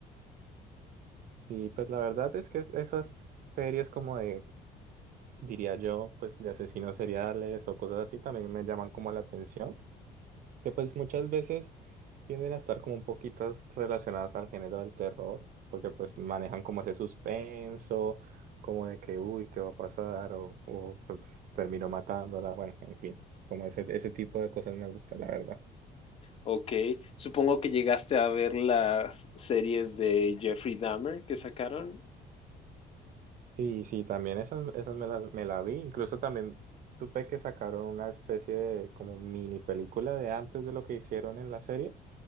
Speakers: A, on the right; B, on the left.
A: Y pues la verdad es que esas series como de, diría yo, pues de asesinos seriales o cosas así también me llaman como la atención. que pues muchas veces tienden a estar como un poquitas relacionadas al género del terror, porque pues manejan como ese suspenso, como de que, uy, ¿qué va a pasar? O, o, pues, termino matándola, bueno, en fin, como ese, ese tipo de cosas me gusta, la verdad.
B: Ok, supongo que llegaste a ver las series de Jeffrey Dahmer que sacaron.
A: Sí, sí, también esas, esas me las me la vi, incluso también supe que sacaron una especie de como mini película de antes de lo que hicieron en la serie,